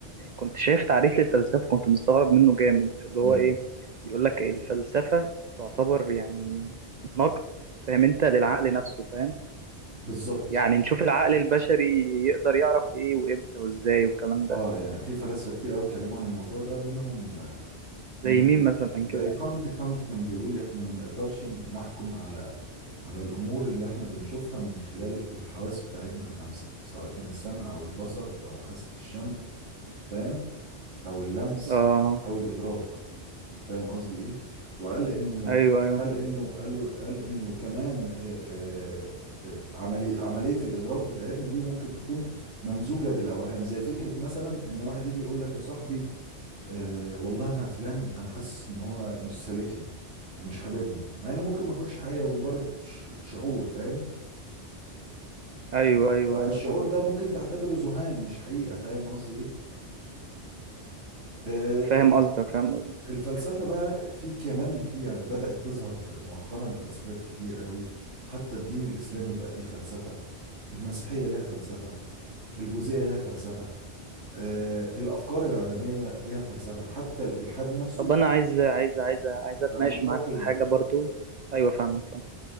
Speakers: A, on the right (about 55°); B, on the right (about 75°).
A: كنت شايف تعريف للفلسفه كنت مستغرب منه جامد اللي هو
B: امم
A: ايه بيقول لك الفلسفه تعتبر يعني نقد فاهم انت للعقل نفسه فاهم
B: بالظبط
A: يعني نشوف العقل البشري يقدر يعرف ايه وامتى وازاي والكلام ده
B: اه يعني في فلاسفة كتير قوي اتكلموا عن الموضوع ده منهم منهم
A: زي مين مثلا
B: زي
A: كده
B: كانت كانت كان بيقول احنا ما نقدرش نحكم على على الأمور اللي احنا بنشوفها من خلال الحواس بتاعتنا الخمسة سواء كان السمع أو البصر أو حاسة الشم فاهم أو اللمس
A: اه
B: أو الإدراك فاهم قصدي إيه وقال إنه
A: ايوه ايوه
B: قال إنه قال قال إنه كمان آه، آه، آه، عملية عملية الإدراك بتاعتنا دي ممكن تكون ممزوجة بالأوهام زي فكرة مثلا إن واحد يجي يقول لك يا صاحبي آه والله أنا فلان أنا حاسس إن هو مش سالك لي ومش حاببني مع إنه ممكن ما يكونش حقيقة ومجرد ش- شعور فاهم
A: ايوه ايوه
B: فالشعور
A: ايوه فاهم
B: ده ممكن تعتبره ذهان مش حقيقة فاهم قصدي ايه آه،
A: فاهم قصدك فاهم
B: الفلسفة بقى في كمان في يعني بدأت تظهر في مؤخرا فلسفات كتير قوي حتى الدين الإسلامي بقى ليه فلسفة المسيحية لها فلسفة البوذية لها فلسفة آه، الأفكار العدمية لها فلسفة حتى الإلحاد نفسه
A: طب انا عايز عايز عايز عايز اتناقش
B: بقى منشق
A: معاك
B: فيه.
A: في حاجه برضو ايوه فاهمك فاهم